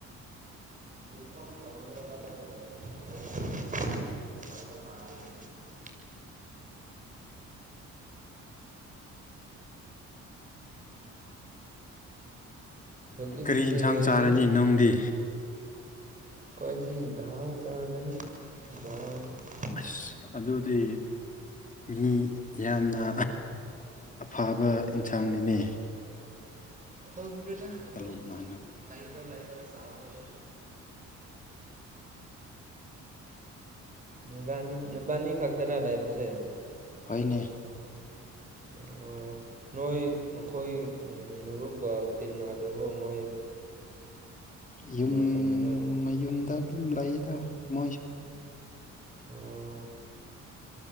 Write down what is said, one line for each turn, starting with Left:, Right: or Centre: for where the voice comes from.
Right: <unintelligible> <unintelligible> ꯍꯧꯖꯤꯛꯁꯦ
Left: ꯀꯔꯤ ꯏꯟꯁꯥꯡ
Right: ꯑꯩꯈꯣꯏꯁꯦ
Left: ꯆꯥꯔꯅꯤ ꯅꯨꯡꯗꯤ
Right: <unintelligible>
Left: ꯑꯁ ꯑꯗꯨꯗꯤ ꯃꯤ ꯌꯥꯝꯅ ꯑꯐꯕ ꯏꯟꯁꯥꯡꯅꯤꯅꯦ
Right: <unintelligible> ꯑꯗꯨꯝ
Left: ꯇꯂꯨꯞ ꯅꯥꯏꯅ
Right: ꯂꯩꯕ ꯂꯩꯕ ꯆꯕꯅꯦ ꯅꯨꯕꯥꯅꯤ ꯅꯨꯕꯥꯅꯤ ꯈꯛꯇꯔ ꯂꯩꯕꯁꯦ
Left: ꯍꯣꯏꯅꯦ <unintelligible>
Right: ꯑꯣ ꯅꯣꯏ ꯑꯩꯈꯣꯏ ꯎꯝ ꯔꯨꯞꯕ ꯇꯤꯟ ꯅꯥꯗ꯭ꯔꯕ ꯃꯣꯏ ꯀꯅꯥ
Left: ꯌꯨꯝ
Right: ꯀꯅꯥꯔ
Left: ꯃꯌꯨꯝꯗ ꯑꯗꯨꯝ ꯂꯩꯗ ꯃꯣꯏꯁꯨ <inaudible>
Right: ꯑꯣ